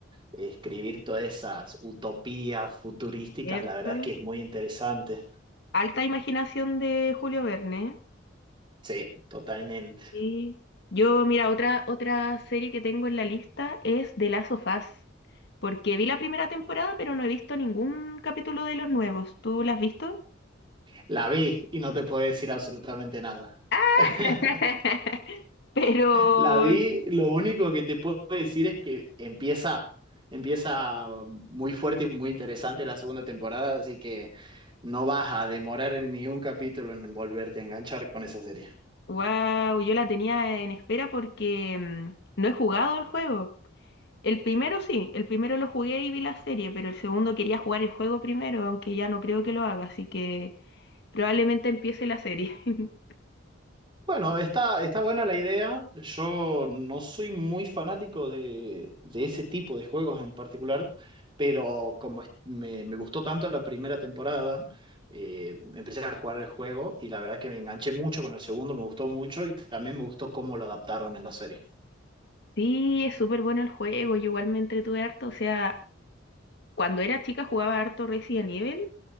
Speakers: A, on the right (about 25°); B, on the left (about 60°).
A: escribir todas esas utopías futurísticas,
B: ¿cierto?
A: la verdad es que es muy interesante.
B: Alta imaginación de Julio Verne.
A: Sí, totalmente.
B: Y yo, mira, otra, otra serie que tengo en la lista es The Last of Us, porque vi la primera temporada, pero no he visto ningún capítulo de los nuevos. ¿Tú las has visto?
A: La vi y no te puedo decir absolutamente nada.
B: <laughs>
A: <laughs>
B: Pero
A: La vi, lo único que te puedo decir es que empieza, empieza muy fuerte y muy interesante la segunda temporada, así que no vas a demorar ni un capítulo en volverte a enganchar con esa serie.
B: Wow, yo la tenía en espera porque mm, no he jugado el juego. El primero sí, el primero lo jugué y vi la serie, pero el segundo quería jugar el juego primero, aunque ya no creo que lo haga, así que probablemente empiece la serie. <laughs>
A: Bueno, está, está buena la idea. Yo no soy muy fanático de, de ese tipo de juegos en particular, pero como es- me, me gustó tanto la primera temporada, eh, empecé a jugar el juego y la verdad que me enganché mucho con el segundo, me gustó mucho y también me gustó cómo lo adaptaron en la serie.
B: Sí, es súper bueno el juego, yo igual me entretuve harto, o sea, cuando era chica jugaba harto Resident Evil,